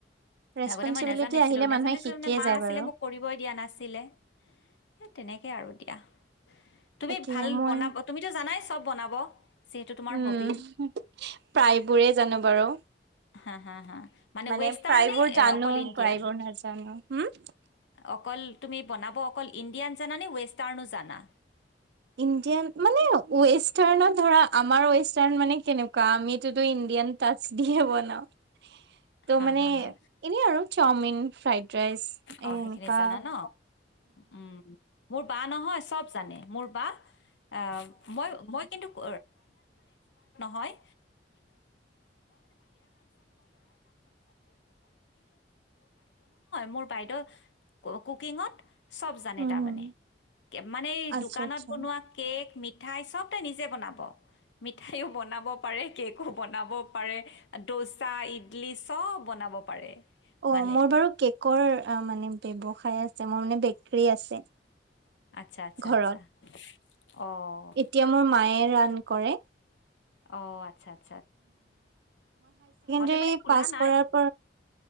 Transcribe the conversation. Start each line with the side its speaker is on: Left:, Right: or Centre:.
Right: ৰেচপনচিবিলিটি
Left: আগতে মই নাজানিছিলোঁ
Right: আহিলে মানুহে
Left: নেজানিছিলোঁ
Right: শিকিয়ে
Left: মানে মা
Right: যায়
Left: আছিলে
Right: বাৰু।
Left: মোক কৰিবই দিয়া নাছিলে। সেই তেনেকে আৰু দিয়া। তুমি
Right: তাকে
Left: ভাল
Right: মই
Left: বনাব তুমিতো জানাইছ চব বনাব যিহেতু তোমাৰ
Right: উম
Left: হবি
Right: প্ৰায়বোৰে জানো বাৰু।
Left: হা, হা, হা।
Right: মানে
Left: ৱেষ্টাৰ্ণ
Right: প্ৰায়বোৰ
Left: নে
Right: জানো
Left: অকল ইণ্ডিয়ান
Right: প্ৰায়বোৰ নাজানো হম।
Left: অকল তুমি বনাব অকল ইণ্ডিয়ান জান নে ৱেষ্টাৰ্ণো জানা।
Right: ইণ্ডিয়ান মানে ৱেষ্টাৰ্ণত ধৰা। আমাৰ ৱেষ্টাৰ্ণ মানে কেনেকুৱা আমিটোতো ইণ্ডিয়ান টাচ দিয়ে বনাওঁ। ত'
Left: হা
Right: মানে
Left: হা হা
Right: এনেই আৰু। চাওমিন। ফ্ৰাইড ৰাইচ এ
Left: অ সেইখিনি
Right: এনেকুৱা
Left: জানা ন উম মোৰ বা নহয় চব জানে মোৰ বা অ মই মই কিন্তু ব ব হয় মোৰ বাইদেউ কুকিঙত চব জানে
Right: উম,
Left: তাৰমানে মানে এই
Right: আচ্ছা,
Left: দোকানত
Right: আচ্ছা।
Left: বনোৱা কেক মি মিঠাই চব তাই নিজে বনাব মিঠাইও বনাব পাৰে কেকো বনাব পাৰে দোচা ইডলি চব বনাব পাৰে
Right: অ
Left: মানে
Right: মোৰ বাৰু কেক কৰ মানে ব্যৱসায় আছে মোৰ মানে বেকী আছে
Left: আচ্ছা আচ্ছা
Right: ঘৰত।
Left: আচ্ছা অ
Right: এতিয়া মোৰ মায়ে ৰাধ কৰে
Left: অ আচ্ছা আচছা
Right: ড
Left: মানে খোলা
Right: পাছ
Left: নাই।
Right: কৰড